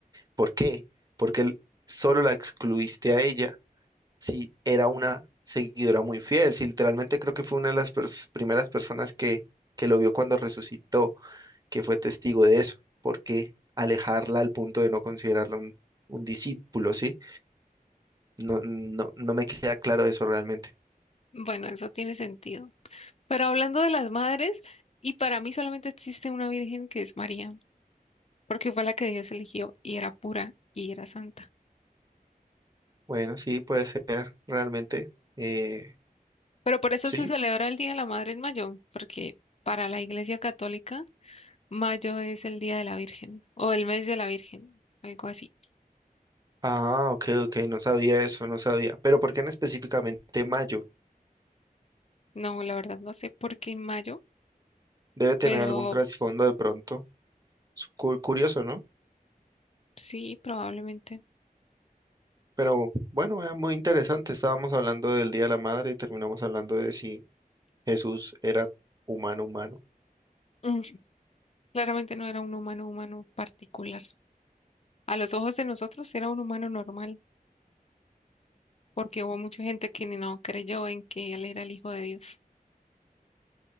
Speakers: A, on the right (about 25°); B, on the left (about 45°).
A: ¿por qué? Porque él solo la excluiste a ella si era una seguidora muy fiel, si literalmente creo que fue una de las pers- primeras personas que, que lo vio cuando resucitó, que fue testigo de eso, ¿por qué alejarla al punto de no considerarla un, un discípulo, ¿sí? No, no, no me queda claro eso realmente.
B: Bueno, eso tiene sentido. Pero hablando de las madres, y para mí solamente existe una virgen que es María, porque fue la que Dios eligió y era pura y era santa.
A: Bueno, sí, puede ser, realmente. Eh,
B: Pero por eso
A: sí.
B: se celebra el Día de la Madre en mayo, porque para la Iglesia Católica, mayo es el Día de la Virgen o el mes de la Virgen, algo así.
A: Ah, ok, ok, no sabía eso, no sabía. Pero ¿por qué en específicamente mayo?
B: No, la verdad no sé por qué en mayo,
A: Debe tener
B: pero
A: algún trasfondo de pronto. Su- cu- Curioso, ¿no?
B: sí, probablemente.
A: Pero bueno, era muy interesante. Estábamos hablando del Día de la Madre y terminamos hablando de si Jesús era humano, humano.
B: Mm, Claramente no era un humano humano particular. A los ojos de nosotros era un humano normal, porque hubo mucha gente que ni no creyó en que él era el Hijo de Dios,